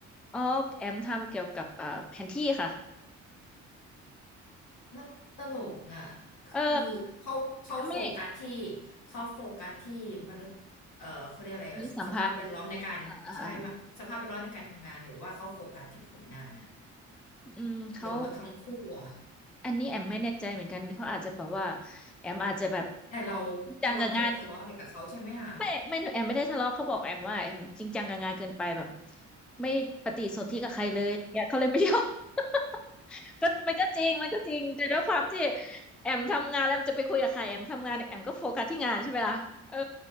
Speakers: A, in the centre; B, on the left.
A: อ๋อแอมทำเกี่ยวกับอ่าแผนที่ค่ะ
B: มันตลกอ่ะคือเขาเขาโฟกัสที่
A: เออไม่
B: เขาโฟกัสที่มนุษย์เอ่อเขาเรียกอะไรสภาพแวดล้อมในการใช่มาสภาพแวดล้อมในการทำงานหรือว่าเขาโฟกัสที่ผลงานอ่ะ
A: หรือสัมพันธ์อ่าอ่าอ่าอืมเขา
B: หรือว่าทั้งคู่อ่ะ
A: อันนี้แอมไม่แน่ใจเหมือนกันเขาอาจจะแบบว่าแอมอาจจะแบบ
B: แต่เราแต่เราไม่ได้ไปทะเลาะอะไรกับเขาใช่ไหมอ่ะ
A: จริงจังกับงาน ไม่ไม่แอมไม่ได้ทะเลาะเขาบอกแอมว่าแอมจริงจังกับงานเกินไปแบบไม่ปฏิสนธิกับใครเลยเนี่ยเขาเลยไม่ชอบ <laughs> ก็มันก็จริงมันก็จริงแต่ด้วยความที่
B: <laughs>
A: แอมทำงานแล้วแอมจะไปคุยกับใครแอมทำงานแอมก็โฟกัสที่งานใช่ไหมล่ะเออ